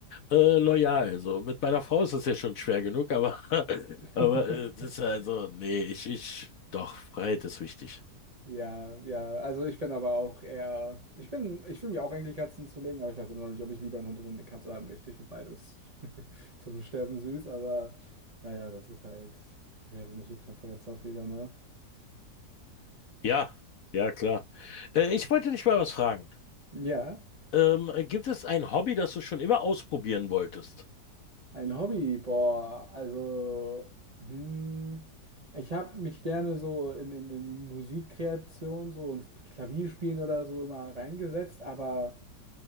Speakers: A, on the left; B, on the right.
A: äh, loyal. So mit meiner Frau ist das ja schon schwer genug, aber <laughs>
B: <laughs>
A: aber äh, das ist also nee, ich ich doch Freiheit ist wichtig.
B: Ja, ja. Also ich bin aber auch eher. Ich bin, ich will mir auch eigentlich Katzen zulegen, aber ich weiß immer noch nicht, ob ich lieber einen Hund oder eine Katze haben möchte. Ich finde beides <laughs> zum Sterben süß, aber naja, das ist halt, ich weiß nicht, die Präferenz auch wieder, ne?
A: Ja, ja, klar. Äh, ich wollte dich mal was fragen.
B: Ja.
A: Ähm, gibt es ein Hobby, das du schon immer ausprobieren wolltest?
B: Ein Hobby, boah, also, hm, ich habe mich gerne so in, in, in Musikkreation, so im Klavierspielen oder so immer reingesetzt, aber